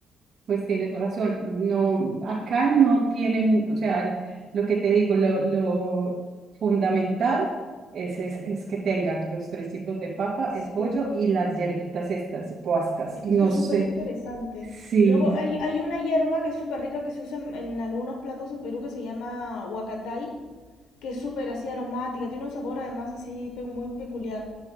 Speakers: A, on the right; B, on the left.
A: pues tienes razón, no, acá no tienen, o sea, lo que te digo, lo, lo fundamental es, es, es que tengan los tres tipos de papa,
B: Sí.
A: el pollo y las hierbitas estas, puascas,
B: Es
A: no
B: que eso es
A: sé,
B: súper interesante.
A: sí.
B: Luego hay, hay una hierba que es súper rica que se usa en, en algunos platos en Perú que se llama huacatay, que es súper así aromática, tiene un sabor además así pe- muy peculiar,